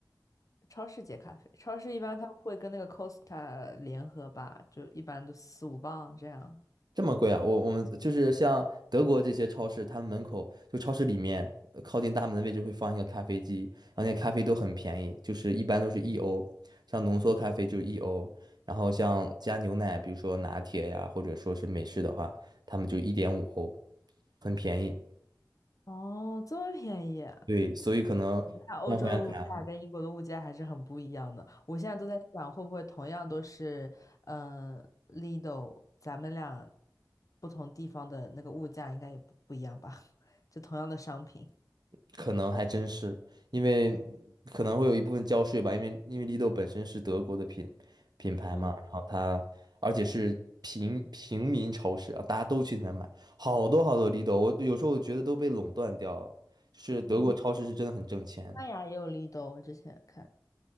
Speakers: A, on the left; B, on the right.
A: 超市接咖啡，超市一般它会跟那个 Costa 联合吧，就一般都四五磅这样。
B: 这么贵啊？我我们就是像德国这些超市，他们门口就超市里面呃靠近大门的位置会放一个咖啡机，然后那咖啡都很便宜，就是一般都是一欧，像浓缩咖啡就是一欧，然后像加牛奶，比如说拿铁呀，或者说是美式的话，他们就一点五欧，很便宜。
A: 哦，这么便宜。
B: 对，所以可能办会员卡。
A: 看欧洲的物价跟英国的物价还是很不一样的。我现在都在想，会不会同样都是，嗯、l i d o 咱们俩不同地方的那个物价应该也不不一样吧？<laughs> 就同样的商品。
B: 可能还真是，因为可能会有一部分交税吧，因为因为 Lido 本身是德国的品品牌嘛，
A: 嗯
B: 然后它而且是平平民超市啊，大家都去里面买，好多好多 Lido，我有时候我觉得都被垄断掉了，就是德国超市是真的很挣钱
A: 嗯，西班牙也有 Lidl，我之前看。